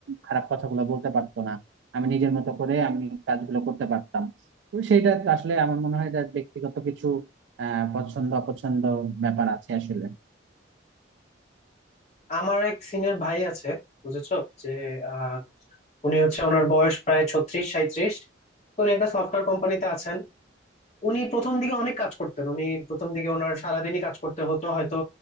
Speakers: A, on the right; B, on the left.
A: খারাপ কথাগুলো বলতে পারতো না আমি নিজের মতো করে আমি কাজগুলো করতে পারতাম তো সেইটা আসলে আমার মনে হয় যে ব্যক্তিগত কিছু আহ পছন্দ অপছন্দ ব্যাপার আছে আসলে
B: আমার এক সিনিয়র ভাই আছে বুঝেছো যে আহ, উনি হচ্ছে ওনার বয়স প্রায় ছত্রিশ সাঁইত্রিশ তো উনি একটা সফটওয়্যার কোম্পানিতে আছেন উনি প্রথম দিকে অনেক কাজ করতেন উনি প্রথম দিকে ওনার সারাদিনই কাজ করতে হতো হয়তো